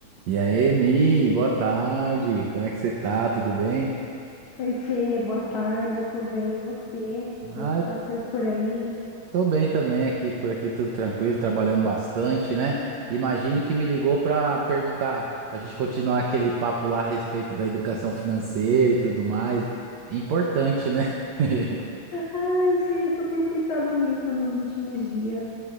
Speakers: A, on the right; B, on the left.
A: E aí, Mi, boa tarde. Como é que você tá? Tudo bem?
B: Oi, Fê, boa tarde, eu tô bem, e você? Como
A: Ah,
B: que
A: eu
B: tá as coisas por aí?
A: tô bem também aqui, por aqui tudo tranquilo, trabalhando bastante, né? Imagino que me ligou pra perguntar, pra gente continuar aquele papo lá a respeito da educação financeira e tudo mais. Importante, né? <laughs>
B: Ai, Fê, eu só tenho pensado nisso nos últimos dias.